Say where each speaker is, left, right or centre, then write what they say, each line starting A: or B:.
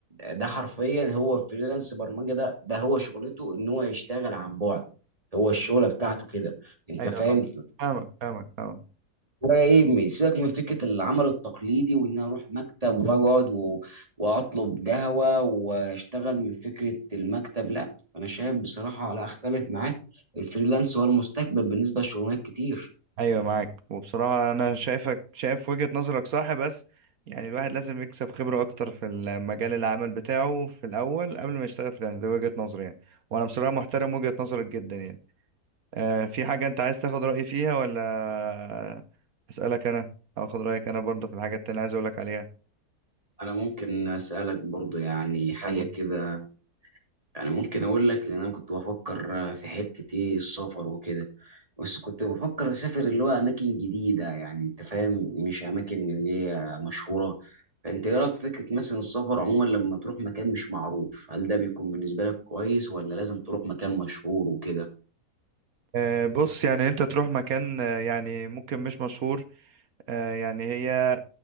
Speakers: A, on the right (about 25°); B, on the right (about 70°).
A: ده حرفيا هو فريلانس برمجه ده ده هو شغلته ان هو يشتغل عن بعد هو الشغله بتاعته كده انت
B: ايوه
A: فاهم
B: آه. فاهمك فاهمك فاهمك
A: ولا ايه سيبك من فكره العمل التقليدي وان انا اروح مكتب واقعد و... واطلب قهوه واشتغل من فكره المكتب لا انا شايف بصراحه لا اختلف معاك الفريلانس هو المستقبل بالنسبه لشغلانات كتير
B: ايوه معاك وبصراحه انا شايفك شايف وجهه نظرك صح بس يعني الواحد لازم يكسب خبره اكتر في المجال العمل بتاعه في الاول قبل ما يشتغل فريلانس ده وجهه نظري يعني وانا بصراحه محترم وجهه نظرك جدا يعني آه في حاجه انت عايز تاخد رايي فيها ولا اسالك انا او اخد رايك انا برضه في الحاجات اللي أنا عايز اقول لك عليها
A: انا ممكن اسالك برضو يعني حاجه
B: طب قول.
A: كده يعني ممكن اقول لك لان انا كنت بفكر في حته ايه السفر وكده بس كنت بفكر اسافر اللي هو اماكن جديده يعني انت فاهم مش اماكن اللي هي مشهوره فانت ايه رايك في فكره مثلا السفر عموما لما تروح مكان مش معروف هل ده بيكون بالنسبه لك كويس ولا لازم تروح مكان مشهور وكده
B: آه، بص يعني انت تروح مكان آه، يعني ممكن مش مشهور آه، يعني هي